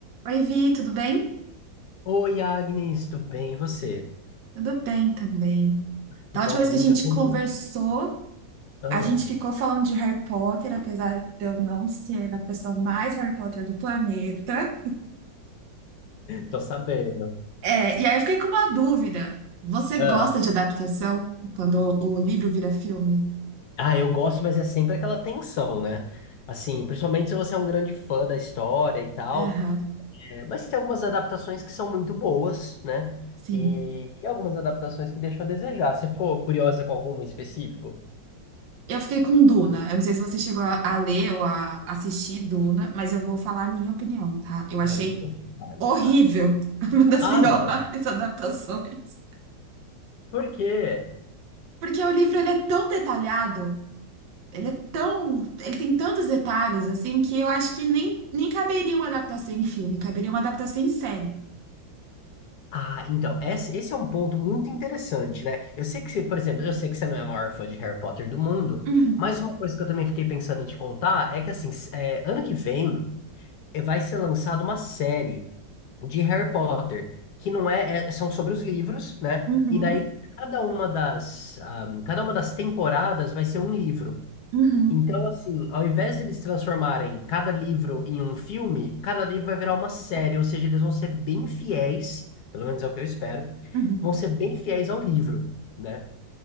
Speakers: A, on the right; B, on the left.
A: Oi, Vi, tudo bem?
B: Oi, Agnes, tudo bem? E você?
A: Tudo bem também.
B: Que
A: Da
B: bom,
A: última
B: domingão.
A: vez que a gente conversou,
B: né? Ah,
A: a gente ficou falando de Harry Potter, apesar de eu não ser a pessoa mais Harry Potter do planeta.
B: tô sabendo.
A: É, e aí eu fiquei com uma dúvida. Você
B: Ah.
A: gosta de adaptação quando o livro vira filme?
B: Ah, eu gosto, mas é sempre aquela tensão, né? Assim, principalmente se você é um grande fã da história e tal.
A: Aham,
B: É, mas tem algumas adaptações que são muito boas, né?
A: sim.
B: E, e algumas adaptações que deixam a desejar. Você ficou curiosa com alguma em específico?
A: Eu fiquei com Duna. Eu não sei se você chegou a a ler ou a assistir Duna, mas eu vou falar a minha opinião, tá? Eu achei
B: Ai, por favor, fale,
A: horrível,
B: fale.
A: <laughs> uma das
B: Ah,
A: piores
B: não.
A: adaptações.
B: Por quê?
A: Porque o livro ele é tão detalhado, ele é tão, ele tem tantos detalhes assim que eu acho que nem, nem caberia uma adaptação em filme, caberia uma adaptação em série.
B: Ah, então, esse, esse é um ponto muito interessante, né? Eu sei que você, por exemplo, eu sei que você não é a maior fã de Harry Potter do mundo,
A: Uhum,
B: mas uma coisa que eu também fiquei pensando em te contar é que, assim, s- é, ano que vem eh, vai ser lançada uma série de Harry Potter, que não é, é- são sobre os livros, né?
A: uhum,
B: E daí cada uma das, ah, cada uma das temporadas vai ser um livro.
A: uhum,
B: Então, assim, ao invés de eles transformarem cada livro em um filme, cada livro vai virar uma série, ou seja, eles vão ser bem fiéis, pelo menos é o que eu espero,
A: uhum.
B: vão ser bem fiéis ao livro, né?